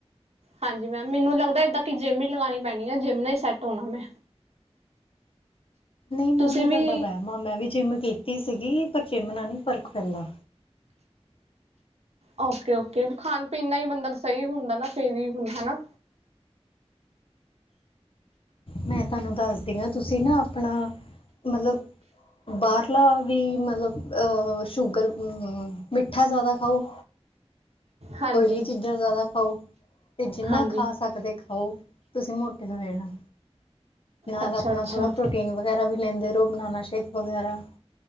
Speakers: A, on the right; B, on the left.
A: ਹਾਂਜੀ ਮੈਮ, ਮੈਨੂੰ ਲੱਗਦਾ ਏਦਾਂ ਕਿ ਜਿੰਮ ਹੀ ਲਗਾਉਣੀ ਪੈਣੀ ਆ ਜਿੰਮ ਨਾਲ ਹੀ ਸੈਟ ਹੋਣਾ ਮੈਂ।
B: ਨਹੀਂ ਮੈਮ,
A: ਤੁਸੀਂ
B: ਇਹ ਤੁਹਾਡਾ
A: ਵੀ
B: ਵਹਿਮ ਆ ਮੈਂ ਵੀ ਜਿੰਮ ਕੀਤੀ ਸੀਗੀ ਪਰ ਜਿੰਮ ਨਾਲ ਨਹੀਂ ਫਰਕ ਪੈਂਦਾ।
A: ਓਕੇ -ਓਕੇ ਖਾਣ -ਪੀਣ ਨਾਲ ਹੀ ਬੰਦਾ ਸਹੀ ਹੁੰਦਾ ਨਾ ਫਿਰ ਹੀ ਹੁੰਦਾ ਹਨਾ।
B: ਮੈਂ ਤੁਹਾਨੂੰ ਦੱਸਦੀ ਹਾਂ, ਤੁਸੀਂ ਨਾ ਆਪਣਾ ਮਤਲਬ ਬਾਹਰਲਾ ਵੀ ਮਤਲਬ ਅ ਸ਼ੂਗਰ- ਮਿੱਠਾ ਜ਼ਿਆਦਾ ਖਾਓ।
A: ਹਾਂਜੀ
B: ਓਇਲੀ ਚੀਜ਼ਾਂ ਜ਼ਿਆਦਾ ਖਾਓ। ਅਤੇ ਜਿੰਨਾ
A: ਹਾਂਜੀ
B: ਖਾ ਸਕਦੇ ਖਾਓ। ਤੁਸੀਂ ਮੋਟੇ ਹੋ ਜਾਣਾ। ਨਾਲ
A: ਅੱਛਾ
B: ਆਪਣਾ
A: ਅੱਛਾ
B: ਥੋੜ੍ਹਾ ਪ੍ਰੋਟੀਨ ਵਗੈਰਾ ਵੀ ਲੈਂਦੇ ਰਹੋ। ਬਨਾਨਾ ਸ਼ੇਕ ਵਗੈਰਾ।